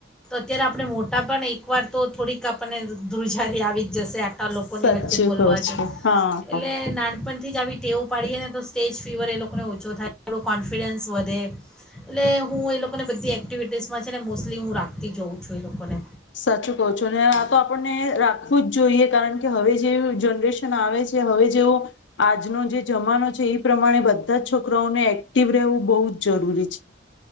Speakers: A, in the centre; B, on the left.
A: તો અત્યારે આપણે મોટા પણ એક વાર તો થોડીક આપણને ધૂુજારી આવી જ જશે.
B: સાચું
A: લોકોની વચ્ચે બોલવા
B: કહો છો
A: જ,
B: હા
A: એટલે
B: હા
A: નાનપણથી. નથી જ આવી ટેવું પાડીએ ને તો સ્ટેજ ફીવર એ લોકોને ઓછો થાય, થોડો કોન્ફિડન્સ વધે. એટલે હું એ લોકો ને બધી. એક્ટિટીસમાં છે ને. એટલી હું રાખતી જોઉં છું એ લોકોને.
B: સાચું કહો છો અને આ તો આપણને રાખવું જ જોઈએ કારણ કે હવે જે. જનરેશન આવે છે હવે જેવો, આજનો. જે જમાનો છે એ. પ્રમાણે બધા જ છોકરાઓને એક્ટિવ રહેવું બહુ જ. જરૂરી છે.